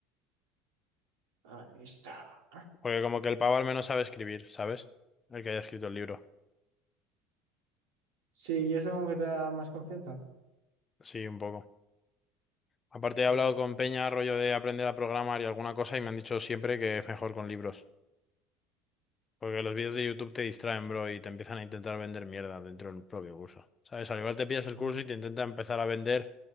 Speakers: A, on the right; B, on the left.
A: Ahí está.
B: Porque como que el pavo al menos sabe escribir, ¿sabes? El que haya escrito el libro.
A: Sí, y eso como que te da más confianza.
B: Sí, un poco. Aparte he
A: Ya.
B: hablado con Peña, rollo de aprender a programar y alguna cosa, y me han dicho siempre que es mejor con libros. Porque los vídeos de YouTube te distraen, bro, y te empiezan a intentar vender mierda dentro del propio curso. ¿Sabes? Al igual te pillas el
A: ya.
B: curso y te intenta empezar a vender